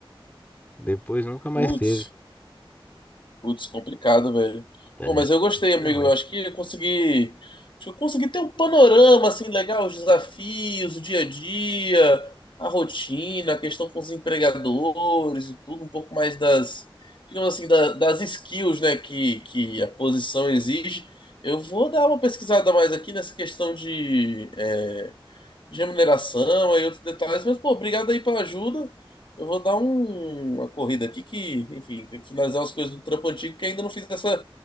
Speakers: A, on the left (about 20°); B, on the left (about 60°).
A: Depois nunca mais
B: putz.
A: teve.
B: Putz, complicado, velho.
A: É.
B: Pô, mas eu gostei, amigo.
A: Não, mas
B: Eu acho que eu consegui. Acho que eu consegui ter um panorama assim legal, os desafios, o dia a dia, a rotina, a questão com os empregadores e tudo, um pouco mais das, digamos assim, da- das skills, né, que, que a posição exige. Eu vou dar uma pesquisada mais aqui nessa questão de, é, de remuneração, aí outros detalhes, mas, pô, obrigado aí pela ajuda. Eu vou dar um- uma corrida aqui que, enfim, tem que finalizar as coisas do trampo antigo que ainda não fiz essa